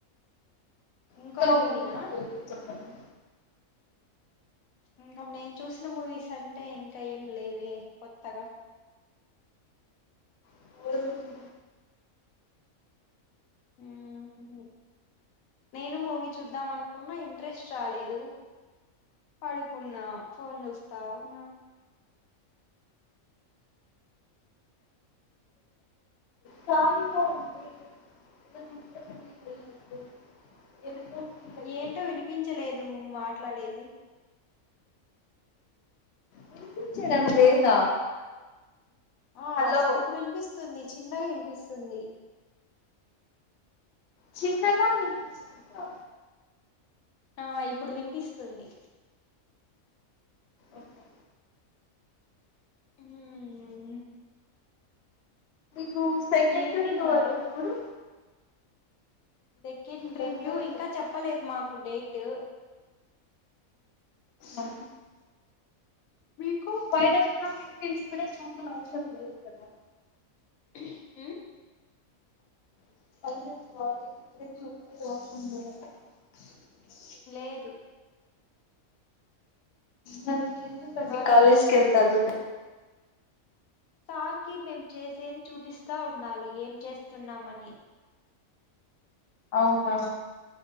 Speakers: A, on the left (about 80°); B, on the left (about 60°).
A: ఇంకో
B: ఇంకా ఒక
A: మూవీనా
B: మూవీ ఏది చెప్పండి
A: ఇంకా నేను చూసిన మూవీస్ అంటే ఇంకా ఏం లేవే కొత్తగా
B: చెప్పండి
A: ఉమ్ నేను మూవీ చూద్దాం అనుకున్నా ఇంట్రెస్ట్ రాలేదు పడుకున్నా ఫోన్ చూస్తావున్నా
B: కాలిగ ఉంటే ఏదో డిప్రెషన్కి వెళ్ళొద్దు ఏదైనా ఫీల్ అయిపోతుంది
A: ఏంటో వినిపించలేదు నువ్వు మాట్లాడేది
B: వినిపించడం
A: హలో
B: లేదా
A: ఆ
B: హలో
A: స్ ఇప్పుడు వినిపిస్తుంది చిన్నగా ఇనిపిస్తుంది
B: చిన్నగా వినిపిస్తుందా
A: ఆ ఇప్పుడు వినిపిస్తుంది
B: ఓకే
A: ఊమ్
B: టు సెకండ్
A: ఏం
B: రివ్యూ
A: తిన్నారు
B: ఆ ఎప్పుడు
A: సెకండ్
B: తొందరగా
A: రివ్యూ ఇంకా చెప్పలేదు మాకు డేటు
B: ఆ
A: మీక్
B: <unintelligible> అసరం లేదు కదా
A: హు మ్
B: <unintelligible>
A: లేదు
B: మరి మీరు ఎందుకండి
A: వాళ్ళు
B: కాలేజ్ కెళ్తారు.
A: సార్కి మేము చేసేది చూపిస్తా ఉండాలి ఏం చేస్తున్నామని
B: అవునా